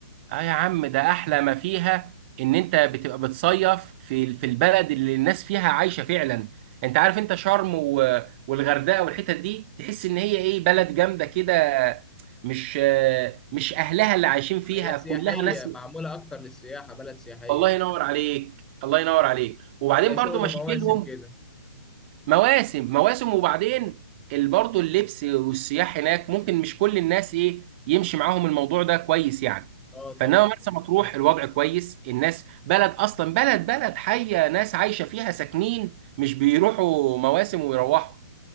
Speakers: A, on the right (about 30°); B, in the centre.
A: اه يا عم ده احلى ما فيها ان انت بتبقى بتصيف في في البلد اللي الناس فيها عايشه فعلا انت عارف انت شرم و... والغردقه والحتت دي تحس ان هي ايه بلد جامده كده مش آه، مش اهلها اللي عايشين فيها
B: هي سياحية
A: كلها ناس
B: معمولة أكتر للسياحة بلد سياحية
A: الله ينور عليك الله ينور عليك وبعدين
B: زي
A: برضو
B: شغل
A: مشاكلهم
B: مواسم كده
A: مواسم مواسم وبعدين ال- برضه اللبس والسياح هناك ممكن مش كل الناس ايه يمشي معاهم الموضوع ده كويس يعني
B: اه
A: فانما
B: طبعا
A: مرسى مطروح
B: طبعاً.
A: الوضع كويس الناس بلد اصلا بلد بلد حيه ناس عايشه فيها ساكنين مش بيروحوا مواسم ويروحوا